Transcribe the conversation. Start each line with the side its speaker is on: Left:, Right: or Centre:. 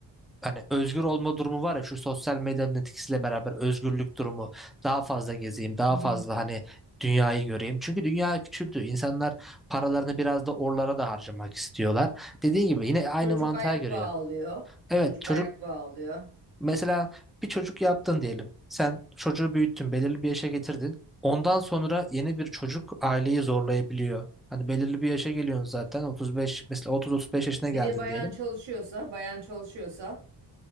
Centre: hani özgür olma durumu var ya şu sosyal medyanın etkisiyle beraber özgürlük durumu daha fazla gezeyim daha
Right: Hı hı.
Centre: fazla hani dünyayı göreyim. Çünkü dünya küçüldü. İnsanlar paralarını biraz da oralara da harcamak istiyorlar. Dediğin gibi yine aynı
Right: Çocuk
Centre: mantığa
Right: ayak
Centre: giriyor.
Right: bağlıyor.
Centre: Evet
Right: Çocuk
Centre: çocuk
Right: ayak bağlıyor.
Centre: mesela bir çocuk yaptın diyelim. Sen çocuğu büyüttün, belirli bir yaşa getirdin. Ondan sonra yeni bir çocuk aileyi zorlayabiliyor. Hani belirli bir yaşa geliyorsun zaten 35 mesela 30-35 yaşına
Right: Bir
Centre: geldin
Right: de bayan
Centre: diyelim.
Right: çalışıyorsa, bayan çalışıyorsa